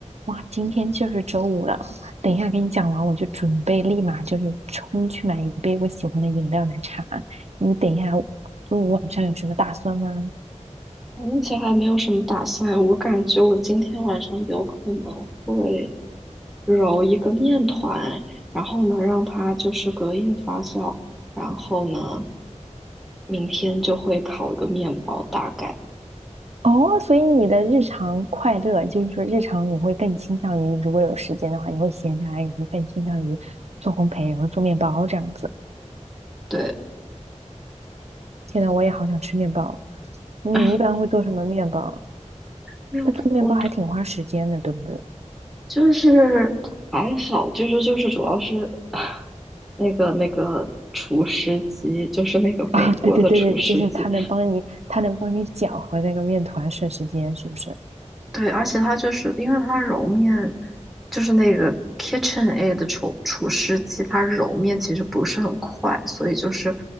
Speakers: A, on the right (about 60°); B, in the centre.
A: 哇，今天就是周五了，等一下给你讲完，我就准备立马就是冲去买一杯我喜欢的饮料奶茶。你等一下，周五晚上有什么打算吗？
B: 我目前还没有什么打算，我感觉我今天晚上有可能会揉一个面团，然后呢让它就是隔夜发酵，然后呢明天就会烤一个面包，大概
A: 哦，所以你的日常快乐，就是说日常你会更倾向于，如果有时间的话，你会闲下来，你会更倾向于做烘焙，然后做面包这样子。
B: 对。
A: 现在我也好想吃面包，你一般会做什么面包？
B: <laughs> 没有，
A: 那做面包还挺花时间的，
B: 我
A: 对不对？
B: 就是还好，就是就是主要是 <laughs> <sighs> 那个那个厨师机，就是那个美国的厨师机，
A: 啊，对对对对，就是它能帮你，它能帮你搅和那个面团，省时间，是不是？
B: 对，而且它就是因为它揉面，就是那个 KitchenAid 的厨厨师机，它揉面其实不是很快，所以就是